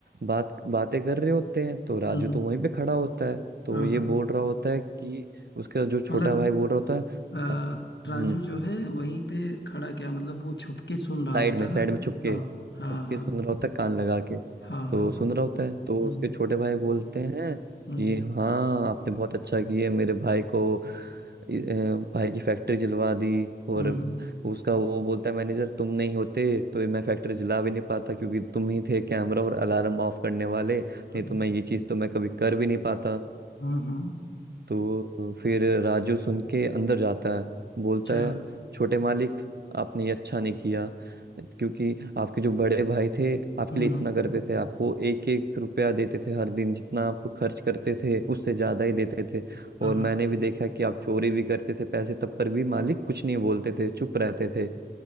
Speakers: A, on the right; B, on the left.
A: बात बातें कर रहे होते हैं तो राजू
B: हम्म
A: तो
B: हम्म,
A: वहीं पे खड़ा होता है तो
B: हाँ
A: ये
B: हाँ
A: बोल रहा होता है कि उसका जो छोटा
B: मतलब
A: भाई बोल रहा होता है
B: अ,
A: "अ- हम्म
B: राजू जो है वहीं पे खड़ा क्या मतलब वो छुप के सुन रहा
A: साइड
B: होता
A: में साइड
B: ना
A: में छुपके
B: हाँ
A: छुपके
B: हाँ हाँ
A: सुन रहा होता है कान लगा के
B: हाँ
A: तो
B: हाँ
A: सुन
B: हाँ
A: रहा होता है तो
B: हम्म
A: उसके छोटे भाई बोलते हैं
B: हम्म
A: कि हाँ आपने बहुत अच्छा किया मेरे भाई को इ- अ, भाई की फैक्ट्री जलवा दी और
B: हम्म
A: उसका वो बोलता है मैनेजर तुम नहीं होते तो ये मैं फैक्ट्री जला भी नहीं पाता क्योंकि तुम ही थे कैमरा और अलार्म ऑफ करने वाले नहीं
B: हम्म,
A: तो मैं ये चीज़ तो मैं कभी कर भी नहीं पाता
B: हम्म हम्म,
A: तो फिर राजू सुन के अंदर जाता है बोलता
B: अच्छा
A: है
B: हम्म
A: छोटे मालिक आपने ये अच्छा नहीं किया क्योंकि आपके जो बड़े भाई थे आपके
B: हम्म,
A: लिए इतना करते थे आपको एक एक रुपया देते थे हर दिन जितना आपको खर्च करते थे उससे ज़्यादा ही देते थे
B: हाँ
A: और
B: हाँ
A: मैंने भी देखा कि आप चोरी भी करते थे पैसे तब पर भी मालिक कुछ नहीं बोलते थे चुप रहते थे